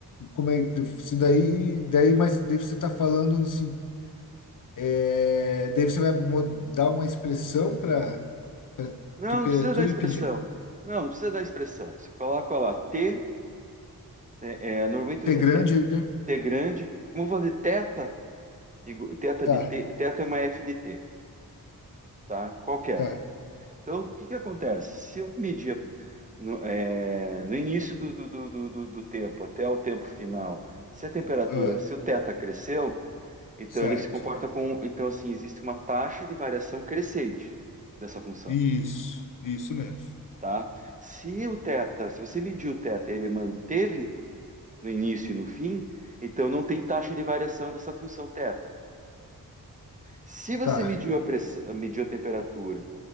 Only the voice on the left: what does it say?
como é que- isso daí, daí, mas daí você está falando assim, é, daí você vai mo- dar uma expressão para
temperatura
e pedir?
T grande,
né?
Tá,
tá.
Ah,
certo.
Isso, isso mesmo.
Tá,